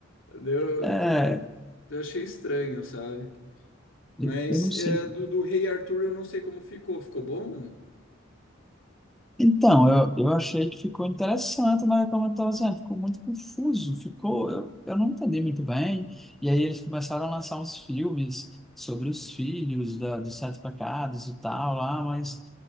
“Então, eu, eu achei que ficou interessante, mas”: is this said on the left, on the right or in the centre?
Centre